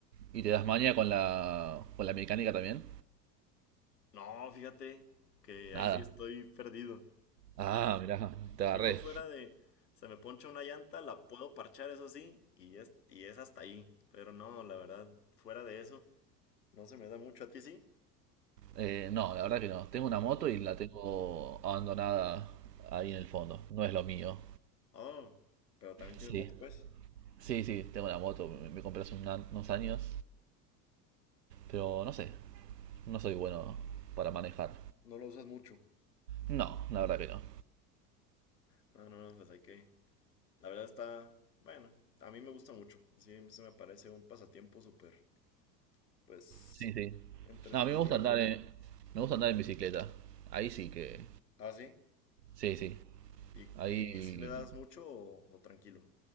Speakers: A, on the right; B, on the left.
A: y te das maña con la, con la mecánica también.
B: no, fíjate que
A: Nada.
B: ahí sí estoy perdido.
A: Ah, mirá, te
B: Yo
A: agarré.
B: <laughs> fuera de, se me poncha una llanta, la puedo parchar, eso sí, y es, y es hasta ahí. Pero no, la verdad, fuera de eso, no se me da mucho a ti, sí.
A: Eh, no, la verdad que no. Tengo una moto
B: No.
A: y la tengo abandonada ahí en el fondo. No es lo mío.
B: Oh, pero también tienes
A: Sí,
B: moto, pues.
A: sí, sí, tengo una moto. Me, me compré hace una- unos años. Pero no sé, no soy bueno para manejar.
B: No lo usas mucho.
A: No, la verdad que no.
B: No, no, no, pues hay que, La verdad está, bueno, a mí me gusta mucho. Así se me parece un pasatiempo súper, pues,
A: Sí, sí.
B: entretenido
A: No, a mí me gusta andar
B: y...
A: en, me gusta andar en bicicleta. Ahí sí que...
B: Ah, sí.
A: Sí, sí.
B: ¿Y,
A: Ahí...
B: y si le das mucho o, o tranquilo?